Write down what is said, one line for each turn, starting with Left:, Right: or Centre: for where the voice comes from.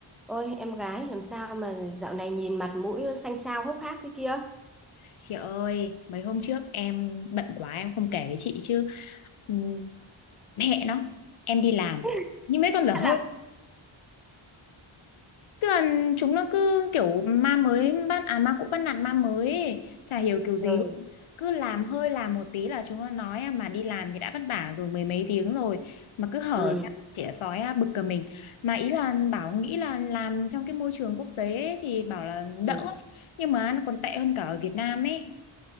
Centre: Ôi em gái làm sao mà dạo này nhìn mặt mũi nó xanh xao hốc hác thế kia
Left: Chị ơi, mấy hôm trước em bận quá em không kể với chị chứ ừm, mẹ nó, em đi làm
Centre: <laughs>
Left: như mấy con dở
Centre: Hay
Left: hơi.
Centre: là
Left: Tức là chúng nó cứ kiểu ma mới bắt à ma cũ bắt nạt ma mới ấy. Chả hiểu kiểu gì
Centre: ừ
Left: luôn. Cứ làm hơi làm một tí là chúng nó nói à, mà đi làm thì đã vất vả rồi mười mấy tiếng rồi mà cứ hở
Centre: ừ
Left: ra xỉa sói à, bực cả mình. Mà ý là bảo nghĩ là làm trong cái môi trường quốc tế ấy thì bảo là
Centre: ừ.
Left: đỡ ấy. Nhưng mà nó còn tệ hơn cả ở Việt Nam ấy.